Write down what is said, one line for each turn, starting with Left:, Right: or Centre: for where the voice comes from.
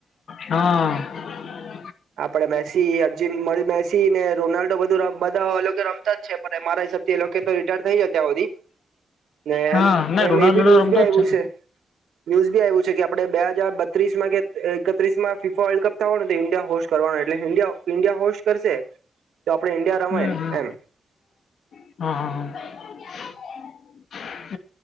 Left: હા.
Right: આપડે મેસી અર્જુન મળી મેસી ને રોનાલ્ડો બધું બધા અલગ રમતા જ છે પણ મારા હિસાબથી લોકો તો રિટાયર થઈ ગયા અત્યાર સુધી ને
Left: હા
Right: એમ
Left: ના
Right: એમ
Left: રોનાલ્ડો
Right: એ બી ન્યુઝ
Left: રમતો
Right: બી
Left: જ
Right: આવ્યું
Left: ને
Right: છે ન્યુઝ બી આવ્યું છે કે આપડે બે હજાર ત્રીસ માં કે એકત્રીસ માં ફીફા વર્લ્ડ કપ થવાનું તો ઇન્ડિયા હોસ્ટ કરવાનો એટલે ઇન્ડિયા હોસ્ટ કરશે. તો આપણે ઈન્ડિયા રમાય
Left: હમ હમ
Right: એમ.
Left: હા હા હા. હ.